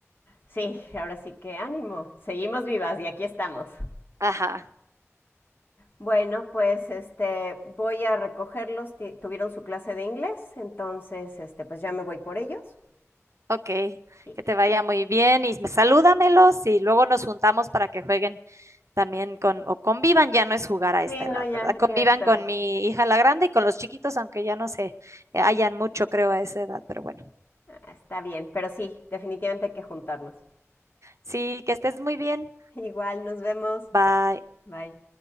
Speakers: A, on the left; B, on the right.
A: Sí, ahora sí que ánimo. Seguimos vivas y aquí estamos.
B: Ajá,
A: Bueno, pues este, voy a recogerlos. Ti- Tuvieron su clase de inglés, entonces este, pues ya me voy por ellos.
B: ok.
A: Y-
B: Que te vaya muy bien y me- salúdamelos y luego nos juntamos para que jueguen. también con, o convivan, ya no es jugar a
A: Sí,
B: esta edad,
A: no, ya,
B: ¿verdad? Convivan
A: ya está.
B: con mi hija la grande y con los chiquitos, aunque ya no se hayan mucho, creo, a esa edad, pero bueno.
A: Ah, Está bien, pero sí, definitivamente hay que juntarnos.
B: Sí, que estés muy bien.
A: <laughs> Igual, nos vemos.
B: Bye.
A: Bye.